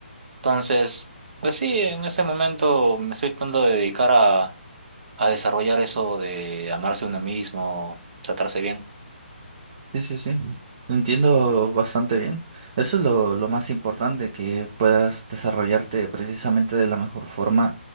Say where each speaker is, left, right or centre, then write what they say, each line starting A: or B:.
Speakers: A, on the right; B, on the right.
A: Entonces, pues sí, en este momento me estoy tratando de dedicar a, a desarrollar eso de amarse uno mismo, tratarse bien.
B: Sí, sí, sí. Lo entiendo bastante bien. Eso es lo, lo más importante, que puedas desarrollarte precisamente de la mejor forma.